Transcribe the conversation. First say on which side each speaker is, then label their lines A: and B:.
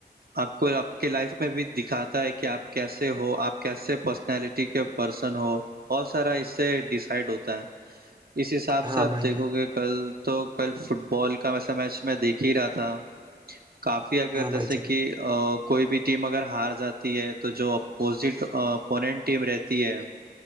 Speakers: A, on the right; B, on the right.
A: آپ کو آپ کے لائف میں بھی دکھاتا ہے کہ آپ کیسے ہو آپ کیسے پس پرسنلٹی کے پرسن ہو بہت سارا اس سے ڈیسائڈ ہوتا ہے اس حساب سب
B: ہاں بھائی
A: دیکھو
B: جان
A: گے کل تو کل فٹ بال کا ویسا میچ میں دیکھ ہی رہا تھا کافی اگر
B: ہاں بھائی
A: جیسے
B: جان
A: کہ ا کوئی بھی ٹیم اگر ہار جاتی ہے تو جو اپوزٹ اپوننٹ ٹیم رہتی ہے